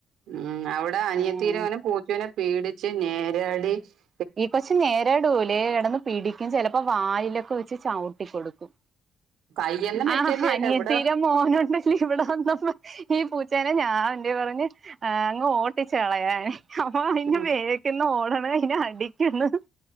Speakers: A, on the right; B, on the right.
A: മ് അവിടെ അനിയത്തീടവനെ
B: ഉം
A: പൂച്ചേനെ പിടി <unintelligible>
B: ഈ കൊച്ച് നേരടൂലെ കെടന്ന് പിടിക്കും ചെലപ്പോ വായിലൊ ക്കെ വെച്ച് ചവിട്ടി കൊടുക്കും
A: കയ്യൊന്നും
B: ആ
A: വെക്കല്ലേട്ടോ
B: അനിയത്തീടെ
A: ഇവിടെ
B: മോനോണ്ടല്ലെ ഇവിടെ വന്നപ്പോ ഈ പൂച്ചേനെ ഞാൻ <unintelligible> പറഞ്ഞ് ആങ്ങ് ഓട്ടിച്ച് കളയാന് അപ്പൊ മിനു
A: ഉം
B: വെക്ക്ന്ന് ഓട <unintelligible> നിക്ക്ന്ന്